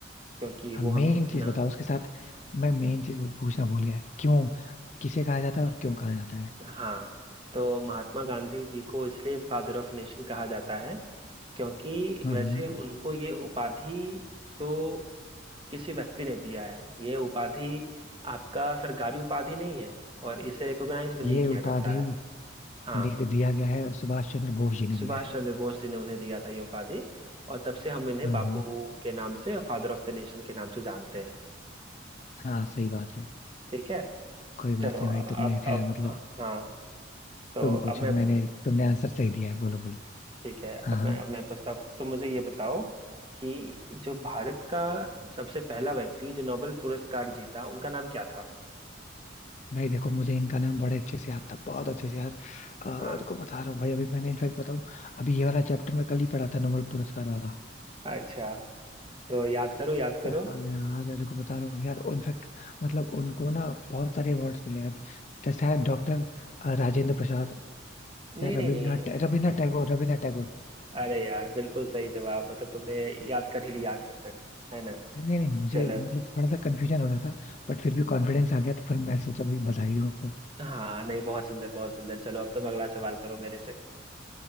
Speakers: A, on the right (about 25°); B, on the left (about 35°).
A: क्योंकि
B: हाँ
A: वो
B: मेन
A: हमें इतना
B: चीज बताओ उसके साथ मैं मेन चीज पूछना भूल गया क्यों किसे कहा जाता है और क्यों कहा जाता है
A: हाँ तो महात्मा गांधी जी को इसलिए फादर ऑफ नेशन कहा जाता है क्योंकि
B: हम्म
A: वैसे
B: हम्म
A: उनको ये उपाधि तो किसी व्यक्ति ने दिया है ये उपाधि आपका सरकारी उपाधि नहीं है और इसे रिकॉग्नाइज भी नहीं
B: ये
A: किया
B: उपाधि
A: जाता है हाँ
B: दि, दिया गया है सुभाष चंद्र बोस जी ने
A: सुभाष
B: दिया है
A: चंद्र बोस जी ने उन्हें दिया था ये उपाधि और तब से हम इन्हें
B: हाँ
A: बापू
B: हाँ
A: के नाम से फादर ऑफ द नेशन के नाम से जानते हैं
B: हाँ सही बात है
A: ठीक है
B: कोई बात
A: चलो
B: नहीं
A: अब
B: भाई तुमने खैर
A: अब
B: मतलब
A: हाँ तो
B: तुम
A: अब
B: पूछो
A: मैं
B: मैंने तुमने आंसर सही दिया है बोलो बोलो
A: ठीक है
B: हाँ
A: अब
B: हाँ
A: मैं अब मैं पूछता हूँ तो मुझे ये बताओ कि जो भारत का सबसे पहला व्यक्ति जो नोबेल पुरस्कार जीता उनका नाम क्या था
B: भाई देखो मुझे इनका नाम बड़े अच्छे से याद था बहुत अच्छे से यार अ,
A: हाँ
B: रुको बता रहा हूँ भाई अभी मैंने इनफैक्ट बताऊँ अभी ये वाला चैप्टर मैं कल ही पढ़ा था नोबेल पुरस्कार वाला
A: अच्छा तो याद करो याद करो
B: यार यार, यार, को बता रहा हूँ यार इनफैक्ट मतलब उनको ना बहुत सारे अवार्ड्स मिले यार जैसे है डॉक्टर राजेंद्र प्रसाद
A: नहीं
B: यार रविन्द्रनाथ
A: नहीं नहीं
B: टै- रविन्द्रनाथ टैगोर रविन्द्रनाथ टैगोर
A: अरे यार बिल्कुल सही जवाब मतलब तुमने याद कर ही लिया आखिर तक है ना
B: नहीं नहीं मुझे
A: चलो
B: मतलब थोड़ा सा कंफ्यूजन हो रहा था बट फिर भी कॉन्फिडेंस आ गया तो फिर मैं सोचा भाई बधाई हो तो
A: हाँ नहीं बहुत सुंदर बहुत सुंदर चलो अब तुम अगला सवाल करो मेरे से